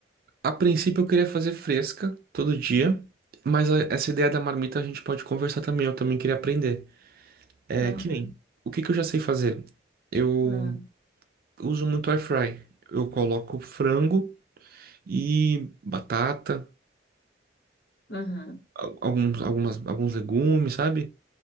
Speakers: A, on the right; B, on the left.
A: A princípio eu queria fazer fresca todo dia, mas a- essa ideia da marmita a gente pode conversar também. Eu também queria aprender. É
B: Uhum,
A: que nem, o que que eu já sei fazer? Eu
B: uhum,
A: uso muito air fry. Eu coloco frango e batata,
B: uhum.
A: al- alguns, algumas, alguns legumes, sabe?